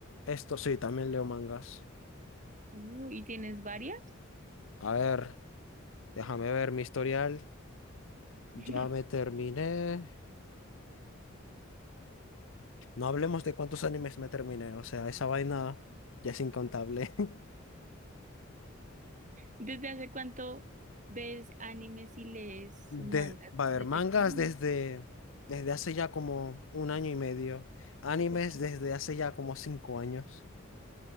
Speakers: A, on the left (about 70°); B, on the right (about 40°).
A: Esto sí, también leo mangas.
B: Uh, ¿y tienes varias?
A: A ver, déjame ver mi historial.
B: <laughs>
A: Ya me terminé. No hablemos de cuántos animes me terminé, o sea, esa vaina ya es incontable. <laughs>
B: ¿Desde hace cuánto ves animes y lees
A: De,
B: mangas?
A: va a haber
B: ¿De
A: mangas
B: pequeño?
A: desde, desde hace ya como un año y medio, animes
B: Ok.
A: desde hace ya como cinco años.